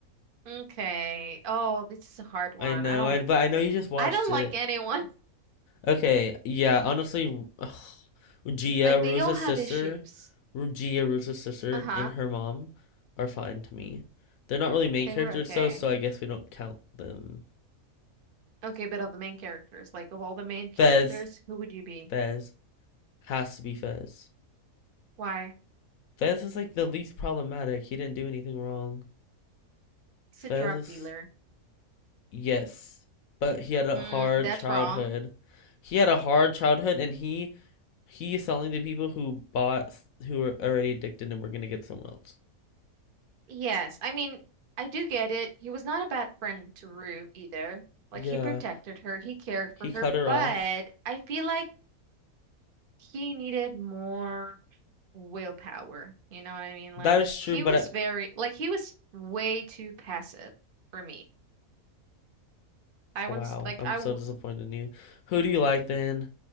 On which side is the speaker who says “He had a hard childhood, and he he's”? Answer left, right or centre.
Left